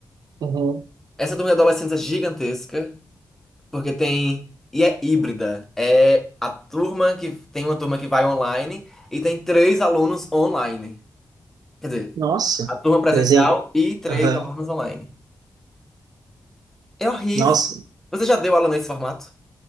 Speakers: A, on the right (about 80°); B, in the centre.
A: Uhum.
B: Essa turma de adolescentes é gigantesca. Porque tem. E é híbrida. É a turma que. Tem uma turma que vai online e tem três alunos online. Quer dizer,
A: Nossa,
B: a turma presencial
A: presente.
B: e três
A: Aham.
B: alunos online. É horrível.
A: Nossa,
B: Você já deu aula nesse formato?